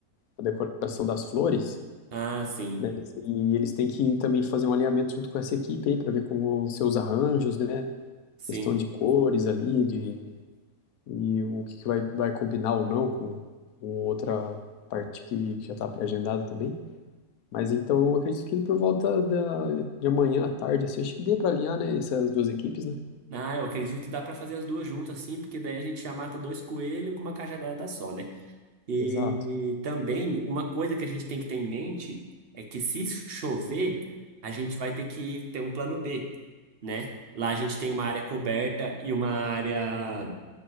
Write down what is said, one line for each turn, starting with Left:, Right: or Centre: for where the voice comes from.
Left: a decoração das flores.
Right: Ah, sim,
Left: né? Eles- E eles têm que também fazer um alinhamento junto com essa equipe aí para ver como os seus arranjos, né?
Right: sim.
Left: Questão de cores ali, de e o que que vai, vai combinar ou não com, com outra parte que, que já está pré-agendada também. Mas então eu acredito que por volta da, de amanhã à tarde, assim, acho que dê para alinhar, né, essas duas equipes, né?
Right: Ah, eu acredito que dá para fazer as duas juntas, sim, porque daí a gente já mata dois coelhos com uma cajadada só, né? E
Left: Exato.
Right: também, uma coisa que a gente tem que ter em mente é que se chover, a gente vai ter que ter um plano B, né? Lá a gente tem uma área coberta e uma área.